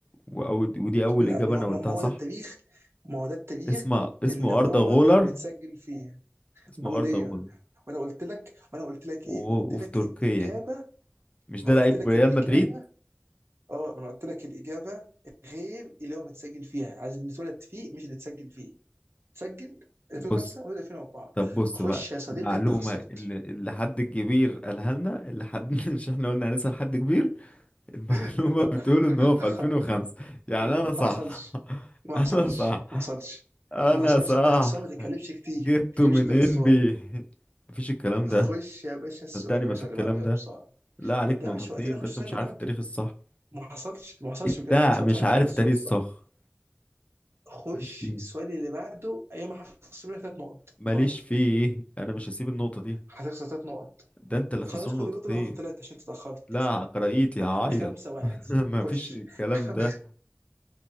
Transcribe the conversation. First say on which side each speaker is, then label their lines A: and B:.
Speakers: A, on the left; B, on the right.
A: واول ودي اول
B: لا
A: اجابه
B: ما
A: انا قلتها
B: ما- ما هو
A: صح
B: ده التاريخ ما هو ده التاريخ
A: اسمه اسمه
B: اللي هو
A: اردا غولر
B: متسجل فيه
A: اسمه
B: جولير
A: اردا غولر
B: وانا قلت لك وانا قلت لك
A: و-
B: ايه قلت
A: وفي
B: لك
A: تركيا
B: الاجابه
A: مش
B: ما
A: ده
B: قلت
A: لعيب
B: لك
A: ريال
B: الاجابه
A: مدريد
B: اه ما انا قلت لك الاجابه غير اللي هو متسجل فيها عايز اللي اتولد فيه مش اللي اتسجل فيه اتسجل 2005
A: بص
B: ولد 2004
A: طب بص
B: خش
A: بقى
B: يا صديقي
A: المعلومه
B: انت خسرت
A: اللي, اللي حد كبير قالها لنا اللي حد <laughs> مش احنا قلنا هنسأل حد كبير المعلومه
B: <laughs> لا
A: بتقول
B: <laughs>
A: ان هو في 2005 يعني
B: ما
A: انا صح
B: حصلش
A: <laughs>
B: ما حصلش
A: انا صح
B: ما حصلش
A: انا
B: ما حصلش
A: صح
B: انت خسران ما تتكلمش كتير
A: جبته
B: ما تتكلمش
A: من
B: كده
A: ان
B: خسران
A: بي مفيش الكلام ده
B: خش يا باشا السؤال
A: صدقني
B: يا
A: ما
B: باشا
A: في الكلام
B: اللي بعده يلا
A: ده
B: بسرعه
A: لا عليك
B: ما تضيعش
A: نقطتين
B: وقتنا خش
A: ده انت
B: السؤال
A: مش
B: اللي
A: عارف
B: بعده
A: التاريخ الصح
B: ما حصلش ما حصلش
A: انت
B: بجد ما حصلش
A: مش
B: انا
A: عارف
B: عارف السؤال
A: التاريخ
B: الصح
A: الصح
B: خش
A: ماليش فيه
B: السؤال اللي بعده ايام هخسر منك ثلاث نقط
A: ماليش
B: براحتك
A: فيه انا مش هسيب النقطة دي
B: هتخسر ثلاث نقط
A: ده انت اللي خسران
B: خلاص خد
A: نقطتين
B: النقطه انا هاخد ثلاثه عشان تتاخرت
A: لا قرايتي هعيط
B: خمسه واحد
A: <laughs> ما
B: خش
A: فيش الكلام
B: خم...
A: ده